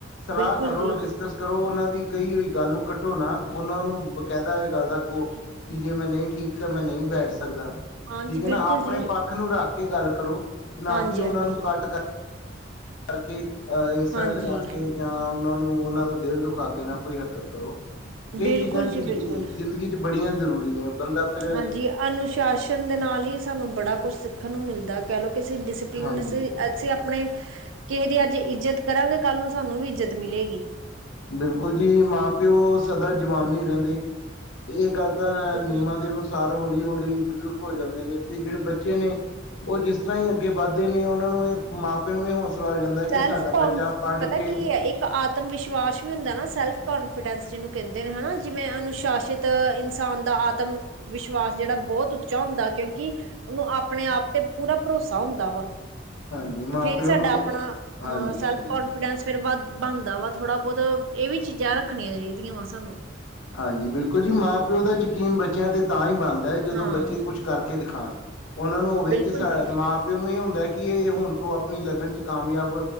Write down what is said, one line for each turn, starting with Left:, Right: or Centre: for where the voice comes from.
Left: ਸਲਾਅ
Right: ਬਿਲਕੁਲ
Left: ਕਰੋ
Right: ਜੀ
Left: ਡਿਸਕਸ ਕਰੋ ਓਨਾਂ ਦੀ ਕਈ ਹੋਈ ਗੱਲ ਨੂੰ ਕੱਟੋ ਨਾ ਓਨਾਂ ਨੂੰ ਬਕੈਦਾ ਏ ਗੱਲ ਦਾ ਓ ਕੀ ਜੇ ਮੈਂ ਨਈਂ ਠੀਕ ਤਾਂ ਮੈਂ ਨਈਂ ਬੈਠ ਸਕਦਾ।
Right: ਹਾਂਜੀ
Left: ਠੀਕ ਐ ਨਾ
Right: ਬਿਲਕੁਲ
Left: ਆਪਨੇ
Right: ਜੀ
Left: ਪੱਖ ਨੂੰ ਰੱਖ ਕੇ ਗੱਲ ਕਰੋ, ਨਾ
Right: ਹਾਂਜੀ
Left: ਕੀ ਓਨਾਂ
Right: ਹਾਂਜੀ
Left: ਨੂੰ ਕੱਟ ਕਰਕੇ ਅਹ ਇਨਸਲਟ
Right: ਹਾਂਜੀ
Left: ਕਰਕੇ ਜਾਂ ਓਨਾਂ ਨੂੰ ਓਨਾਂ ਦਾ ਦਿਲ ਦੁਖਾ ਕੇ ਨਾ ਕੋਈ ਹਰਕਤ ਕਰੋ, ਏ
Right: ਬਿਲਕੁਲ
Left: ਚੀਜ਼ਾਂ ਜ਼ਿੰਦਗੀ
Right: ਜੀ ਬਿਲਕੁਲ
Left: ਨੇ ਜ਼ਿੰਦ ਗੀ ਚ ਬੜੀਆਂ ਜ਼ਰੂਰੀ ਨੇ ਬੰਦਾ ਫਿਰ
Right: ਹਾਂਜੀ ਅਨੁਸ਼ਾਸਨ ਦੇ ਨਾਲ ਈ ਸਾਨੂੰ ਬੜਾ ਕੁਛ ਸਿੱਖਨ ਨੂੰ ਮਿਲਦਾ। ਕੈ ਲੋ ਕੇ ਅਸੀਂ ਡਿਸਪਲਨ
Left: ਹਾਂਜੀ
Right: ਅਸੀਂ-ਅਸੀਂ ਆਪਨੇ ਕਿਸੇ ਦੀ ਅੱਜ ਇੱਜਤ ਕਰਾਂਗੇ ਕਾਂਲੂੰ ਸਾਨੂੰ ਵੀ ਇੱਜਤ ਮਿਲੇਗੀ।
Left: ਬਿਲਕੁਲ ਜੀ ਮਾਂ-ਪਿਓ ਸਦਾ ਜਵਾਨ ਨੀ ਰੈਂਦੇ, ਤੇ ਏ ਗੱਲ ਤਾਂ
Right: ਬਿਲਕੁਲ
Left: ਨਿਯਮਾਂ
Right: ਜੀ
Left: ਦੇ ਅਨੁਸਾਰ ਹੌਲੀ-ਹੌਲੀ ਬਜ਼ੁਰਗ ਹੋ ਜਾਂਦੇ ਨੇ ਤੇ ਜੇੜੇ ਬੱਚੇ ਨੇ ਓ ਜਿਸ ਤਰਾਂ ਈ ਅੱਗੇ ਵੱਧਦੇ ਨੇ ਓਨਾਂ ਨੂੰ ਏ ਮਾਂ- ਪਿਓ ਨੂੰ ਵੀ ਹੌਂਸਲਾ ਹੋ ਜਾਂਦਾ।
Right: ਸੈਲਫ
Left: ਕਿ ਸਾਡਾ
Right: ਕੋਨ
Left: ਬੱਚਾ ਪੜ੍ਹ
Right: ਪਤਾ
Left: ਕੇ
Right: ਕੀ ਐ ਇੱਕ ਆਤਮ ਵਿਸ਼ਵਾਸ ਵੀ ਹੁੰਦਾ ਨਾ ਸੈਲਫ ਕੋਨਫੀਡੈਂਸ ਜਿਨੂੰ ਕੈਂਦੇ ਨੇ ਹਨਾ ਜਿਵੇਂ ਅਨੁਸ਼ਾਸਿਤ ਇਨਸਾਨ ਦਾ ਆਤਮ ਵਿਸ਼ਵਾਸ ਜੇੜਾ ਬੋਤ ਉੱਚਾ ਹੁੰਦਾ, ਕਿਓਂਕਿ ਓਨੂੰ ਆਪਨੇ ਆਪ ਤੇ ਪੂਰਾ ਭਰੋਸਾ ਹੁੰਦਾ ਵਾ।
Left: ਹਾਂਜੀ
Right: ਤੇ
Left: ਮਾਂ
Right: ਫਿਰ
Left: ਪਿਓ
Right: ਸਾਡਾ
Left: ਨੂੰ
Right: ਆਪਨਾ
Left: ਹਾਂਜੀ-ਹਾਂਜੀ।
Right: ਹਾਂ ਸੈਲਫ ਕੋਨ- ਕੋਨਫੀਡੈਂਸ ਫੇਰ ਵ ਬਨਦਾ ਵਾ ਥੋੜਾ ਬੋਤ ਏ ਵੀ ਚੀਜ਼ਾਂ ਰੱਖਨੀਆਂ ਚਾਈਦੀਆਂ ਵਾ ਸਾਨੂੰ।
Left: ਹਾਂਜੀ, ਬਿਲਕੁਲ ਜੀ ਮਾਂ-ਪਿਓ ਦੇ ਯਕੀਨ ਬੱਚੇਆਂ ਤੇ ਤਾਂਈ ਬਨ ਦਾ ਜਦੋਂ
Right: ਹਾਂ
Left: ਬੱਚੇ ਕੁਛ ਕਰਕੇ ਦਿਖਾਨ, ਓਨਾਂ ਨੂੰ ਹੋਵੇ
Right: ਬਿਲਕੁਲ
Left: ਕੀ ਸਾ
Right: ਜੀ
Left: ਮਾਂ ਪਿਓ ਨੂੰ ਈ ਹੁੰਦਾ ਕੀ ਏ ਹੁਨ ਤੋਂ ਆਪਨੀ ਲਗਨ ਚ ਕਾਮਯਾਬ